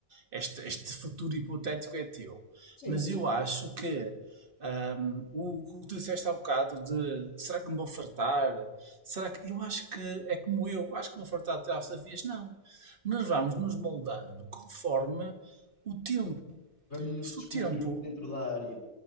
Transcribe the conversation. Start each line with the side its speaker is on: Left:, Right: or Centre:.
Right: este, este futuro hipotético é teu.
Left: Sim.
Right: Mas eu acho que hum, o o que tu disseste há bocado de será que me vou fartar? Será que. Eu acho que é como eu, acho que vou fartar até às desafios. Não. Nós vamos nos moldando conforme o tempo.
Left: Vamos nos
Right: Se
Left: descobrir
Right: o tempo
Left: dentro da área.